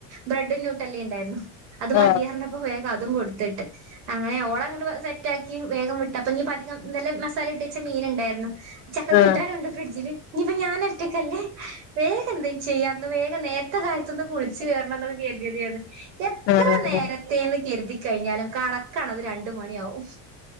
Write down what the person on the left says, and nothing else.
ആഹ്
ആഹ്
ആഹ്